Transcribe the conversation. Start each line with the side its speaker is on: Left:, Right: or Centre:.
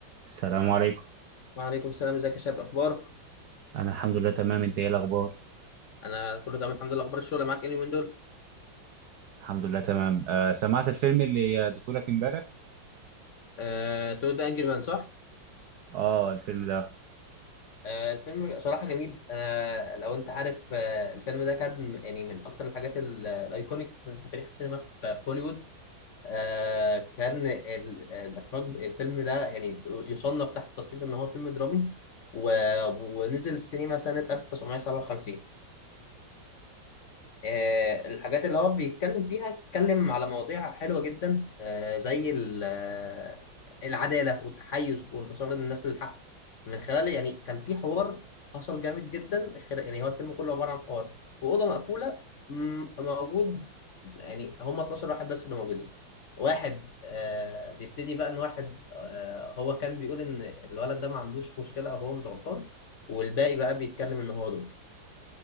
Right: السلام عليكم
Left: وعليكم السلام ازيك يا شباب اخبارك
Right: انا الحمد لله تمام انت ايه الاخبار
Left: انا كله تمام الحمد لله اخبار الشغل معاك ايه اليومين دول
Right: الحمد لله تمام آه سمعت الفيلم اللي اديته لك امبارح
Left: آه، تو ذا انجري مان صح
Right: اه الفيلم ده
Left: آه، الفيلم صراحه جميل انا لو انت عارف آه، الفيلم ده كان م- يعني من اكتر الحاجات ال- الايكونيك في في تاريخ السينما في هوليوود آه، كان ال- الاخراج الفيلم ده يعني يصنف تحت تصنيف ان هو فيلم درامي و- ونزل السينما سنه 1957 آه، الحاجات اللي هو بيتكلم فيها اتكلم على مواضيع حلوة جدا آه، زي ال- آه، العدالة والتحيز وانتصار الناس للحق من خلال يعني كان في حوار حصل جامد جدا خل- يعني هو الفيلم كله عبارة عن حوار في أوضة مقفولة مم، موجود يعني هم 12 واحد بس اللي موجودين واحد آه بيبتدي بقى ان واحد آه هو كان بيقول ان الولد ده ما عندوش مشكلة او هو مش غلطان والباقي بقى بيتكلم ان هو ضده